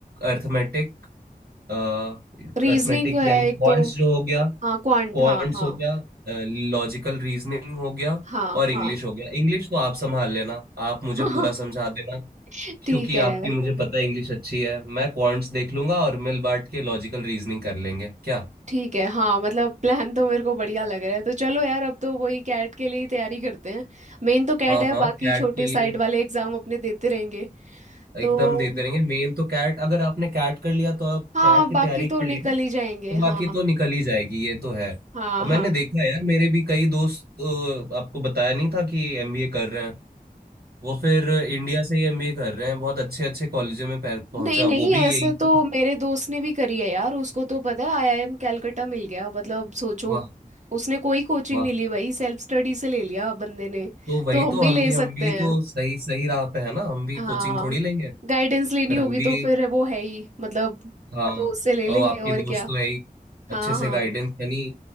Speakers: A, on the right; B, on the right.
A: अर्थमेटिक अर्थमेटिक
B: रीजनिंग है
A: यानी
B: एक
A: क्वांट्स
B: तो
A: जो हो गया
B: हाँ क्वांट
A: क्वांट्स
B: हाँ हाँ
A: हो गया लॉजिकल रीजनिंग हो गया
B: हाँ
A: और इंग्लिश
B: हाँ
A: हो गया इंग्लिश तो आप संभाल लेना आप मुझे
B: हाँ
A: पूरा समझा देना
B: <laughs> ठीक
A: क्योंकि
B: है
A: आपकी मुझे पता है इंग्लिश अच्छी है मैं क्वांट्स देख लूंगा और मिल बांट के लॉजिकल रीजनिंग कर लेंगे क्या
B: ठीक है हाँ मतलब प्लान तो मेरे को बढ़िया लग रहा है तो चलो यार अब तो वही कैट के लिए ही तैयारी करते हैं मेन तो कैट
A: हाँ
B: है
A: हाँ
B: बाकी
A: कैट
B: छोटे
A: के लिए
B: साइड वाले एग्जाम अपने देते रहेंगे तो
A: एकदम देते रहेंगे मेन तो कैट अगर आपने कैट कर लिया तो आप
B: हाँ
A: कैट की
B: बाकी
A: तैयारी
B: तो
A: कर
B: निकल
A: ली ना
B: ही जाएंगे
A: तो
B: हाँ
A: बाकी तो निकल ही जाएगी ये तो है
B: हाँ
A: और
B: हाँ
A: मैंने देखा है यार मेरे भी कई दोस्त तो आपको बताया नहीं था कि एमबीए कर रहे हैं वो फिर इंडिया से ही एमबीए कर रहे हैं बहुत अच्छे अच्छे कॉलेजों में पह- पहुंचा
B: नहीं नहीं
A: वो भी
B: ऐसे
A: यही चीज
B: तो मेरे दोस्त ने भी करी है यार उसको तो पता है आईआईएम कैलकटा मिल गया मतलब सोचो
A: वाह
B: उसने कोई कोचिंग
A: वाह
B: नहीं ली भाई सेल्फ स्टडी से ले लिया बंदे ने
A: तो वही
B: तो हम
A: तो
B: भी
A: हम
B: ले
A: भी हम
B: सकते
A: भी
B: हैं
A: तो सही सही राह पे है ना हम भी
B: हाँ
A: कोचिंग थोड़ी लेंगे
B: गाइडेंस लेनी
A: फिर
B: होगी
A: हम भी
B: तो फिर वो है ही मतलब
A: हाँ
B: तो उससे ले
A: और
B: लेंगे
A: आपकी
B: और
A: दोस्त
B: क्या
A: तो है ही
B: हाँ
A: अच्छे से
B: हाँ
A: गाइडेंस यानी